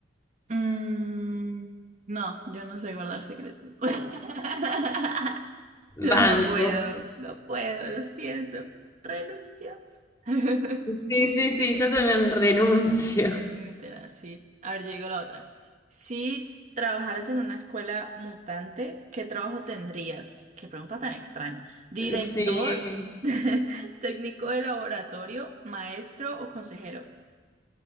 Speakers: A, on the right; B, on the left.
A: Mm, no, yo no sé guardar secretos. <laughs> Yo
B: Banco.
A: no puedo, no puedo, lo siento. Renuncio. <laughs>
B: Sí, sí, sí, yo también renuncio.
A: Literal, sí. A ver, yo digo la otra. Si trabajaras en una escuela mutante, ¿qué trabajo tendrías? Qué pregunta tan extraña. ¿Director,
B: Sí.
A: <laughs> técnico de laboratorio, maestro o consejero?